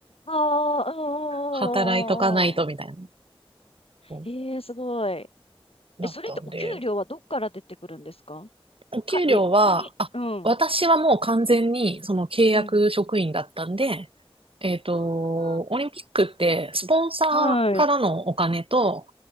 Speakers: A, on the left (about 75°); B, on the right (about 65°).
A: ああ、うん、
B: 働いとかないとみたいな、
A: うん、うん、うん。
B: そう
A: へえ、すごい。
B: だったんで、
A: え、それってお給料はどっから出てくるんですか
B: お給料は、
A: か、え、国、
B: あ、
A: うん、
B: 私はもう完全にその契約職員だったんで、
A: うん。
B: えっと、
A: あ
B: オリンピックってスポンサーからのお金と、
A: ーはい。